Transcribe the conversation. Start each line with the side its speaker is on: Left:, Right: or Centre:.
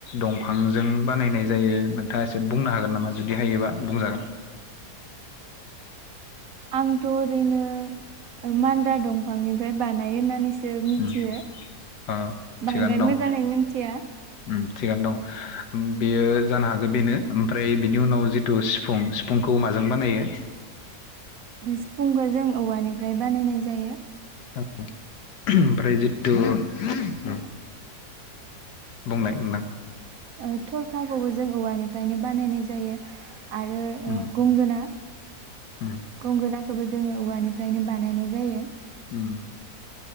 Left: दंफांजों बानायनाय जायो नोंथाङा एसे बुंनो हागोन नामा जुदि हायोबा बुंजागोन
Right: आंथ ओरैनो मान्दा दंफांनिफ्राय बानायो होननानै मिथियो
Left: उम अ थिगानो
Right: बांद्राय
Left: दं
Right: मोजाङैनो मिथिया
Left: उम थिगानो दं बेयो जानो हागौ बेनो ओमफ्राय बिनि उनाव जिथु सिफुं सिफुंखौ माजों बानायो
Right: सिफुंखौ जों औवानिफ्राय बानायनाय जायो।
Left: उम <unintelligible> ओमफ्राय जितु उम बुंनाय नोंथां
Right: ओ थरखाखौबो जों औवानिफ्रायनो बानायनाय जायो। आरो ओ
Left: उम
Right: गंगोना
Left: उम
Right: गंगोना खौबो जोङो औवानिफ्रायनो बानायनाय जायो।
Left: उम